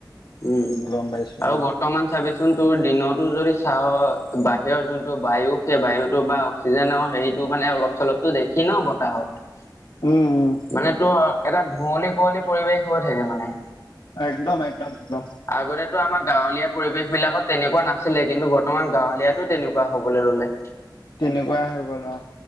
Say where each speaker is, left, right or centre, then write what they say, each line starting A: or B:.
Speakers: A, on the left; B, on the left.
A: উম
B: গম পাইছো
A: আৰু
B: অ
A: বৰ্তমান চাৰি <inaudible> চোন তোৰ দিনতো যদি চাহৰ বাহিৰৰ যোনটো বায়ু সেই বায়ুটো বা অক্সিজেনৰ হেৰিত টো মানে অলপ চলপতো দেখি ন বতাহত <unintelligible>
B: উম,
A: মানে তোৰ এটা ধুঁৱলি কুঁৱলী পৰিৱেশ হৈ থাকে মানে।
B: একদম একদম একদম।
A: আগতেতো আমাৰ গাঁৱলীয়া পৰিৱেশ বিলাকত তেনেকুৱা নাছিলে, কিন্তু বৰ্তমান গাঁৱলীয়াটো তেনেকুৱা হ'বলৈ ললে।
B: তেনেকুৱাই হৈ গ'ল অ'।